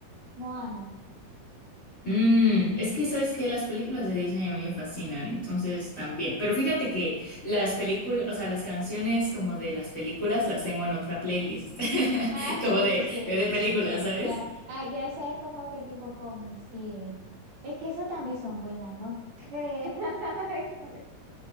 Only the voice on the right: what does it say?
Moana.
Ah, sí,
sí. Eh,
Ya, ah, ya esa es como que tipo cómic, sí. Es que eso también son buenas, ¿no crees? <laughs> Ay, También.